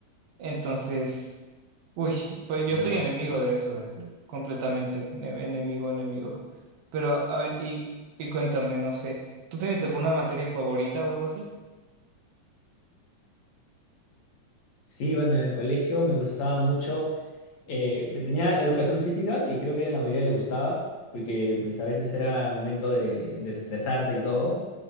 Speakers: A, on the right; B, on the left.
A: Entonces, Uy, pues yo
B: Wow.
A: soy enemigo de eso, eh, de- completamente, ene- enemigo, enemigo. Pero, a ver, y, y cuéntame, no sé, ¿tú tienes alguna materia favorita o algo así?
B: Sí, bueno, en el colegio me gustaba mucho. Eh, tenía la educación física, que creo que a la mayoría le gustaba, porque pues a veces era momento de desestresarte y todo.